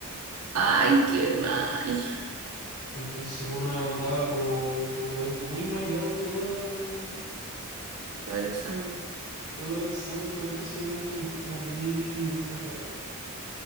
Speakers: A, on the right (about 70°); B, on the left (about 75°).
A: Ay, qué mal.
B: Entonces uno andaba como, como me- muy mareado toda,
A: Todo el examen.
B: todo el examen, todo el procedimiento, uno estaba muy, muy mareado.